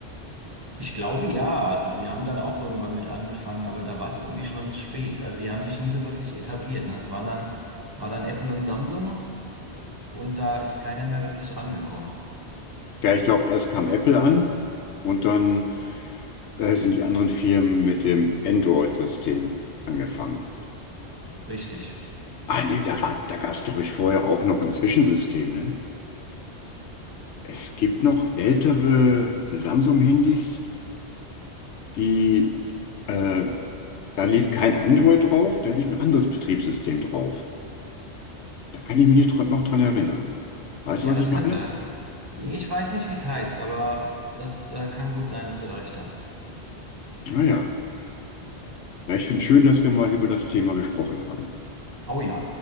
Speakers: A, on the right; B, on the left.
A: Ich glaube ja, also die haben dann auch irgendwann mit angefangen, aber da war es irgendwie schon zu spät. Also die haben sich nie so wirklich etabliert. Ne? Es waren dann, war dann Apple und Samsung und da ist keiner mehr wirklich rangekommen.
B: Ja, ich glaube, erst kam Apple an und dann äh, sind die anderen Firmen mit dem Android-System angefangen.
A: Richtig.
B: Ah nee, da war, da gab es, glaube ich, vorher auch noch ein Zwischensystem, ne? Es gibt noch ältere Samsung-Handys, die, äh, da lief kein Android drauf, da lief ein anderes Betriebssystem drauf. Da kann ich mich nicht dran- noch dran erinnern. Weißt
A: Ja,
B: du, was
A: das
B: ich meine?
A: kann sein. Ich weiß nicht, wie es heißt, aber das äh, kann gut sein, dass du da recht hast.
B: Naja, ja, ich finde es schön, dass wir mal über das Thema gesprochen haben.
A: Oh ja.